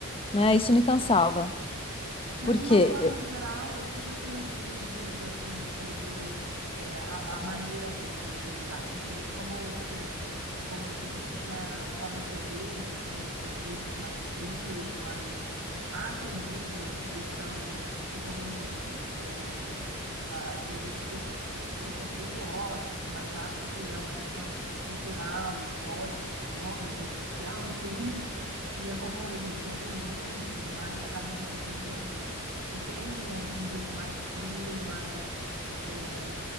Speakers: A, on the left; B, on the right.
A: né? Isso me cansava.
B: Mas
A: Porque,
B: de uma forma geral, o que você me diz assim sobre eh, a, a maneira deles de lidar? Porque como eu te, como eu te disse, né, a forma que eu vejo assim os portugueses mais frios, mais há quem diga que são que têm eh, a- às vezes atitudes preconceituosas, mas acho que é uma questão cultural, histórica, econômica e social e <laughs> política, e é como eles veem o mundo e tudo mais e acabam reagindo assim. E tem um, um jeito mais frio, mais, é,